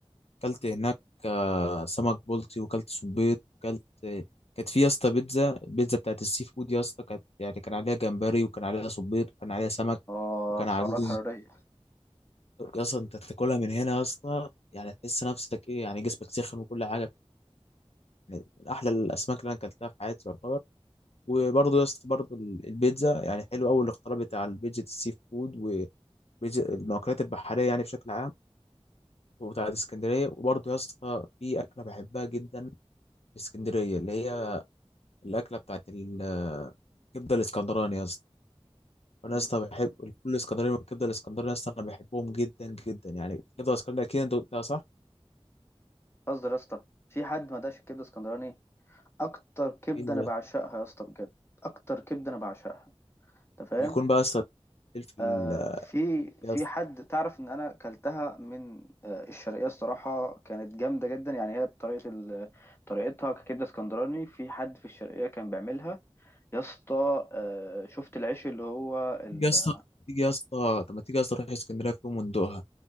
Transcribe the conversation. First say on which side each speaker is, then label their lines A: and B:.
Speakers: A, on the left; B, on the left.
A: اكلت هناك آه، سمك بلطي وكلت صبيط وكلت كانت في يا اسطى بيتزا البيتزا بتاعت السي فود يا اسطى كانت يعني كان عليها جمبري وكان عليها صبيط وكان عليها سمك
B: اه
A: وكان عليها
B: سعرات حراريه
A: يا اسطى انت بتاكلها من هنا يا اسطى يعني تحس نفسك ايه يعني جسمك سخن وكل حاجه يعني من احلى الاسماك اللي انا اكلتها في حياتي يعتبر وبرضه يا اسطى برضه ال- البيتزا يعني حلو قوي الاختراع بتاع البيتزا السي فود والمأكولات البحريه يعني بشكل عام وبتاعت اسكندريه وبرضه يا اسطى في اكله بحبها جدا اسكندريه اللي هي الاكله بتاعت ال- الكبده الاسكندراني يا اسطى انا
B: مم.
A: يا اسطى بحب الفول الاسكندراني والكبده الاسكندراني يا اسطى انا بحبهم جدا جدا يعني الكبده الاسكندراني اكيد انت قلتها صح
B: قصدي يا اسطى في حد ما دقش الكبده اسكندراني اكتر كبده
A: إيه يا
B: انا بعشقها
A: اسطى؟
B: يا اسطى بجد اكتر كبده انا بعشقها انت فاهم
A: يكون بقى يا اسطى الفلفل
B: آه في في
A: يا اسطى
B: حد تعرف ان انا كلتها من آه الشرقيه الصراحه كانت جامده جدا يعني هي بطريقه ال- طريقتها ككبده اسكندراني في حد في الشرقيه كان بيعملها يا اسطى آه شفت العيش اللي هو ال...
A: تيجي يا اسطى تيجي يا اسطى طب ما تيجي يا اسطى نروح اسكندريه في يوم وندوقها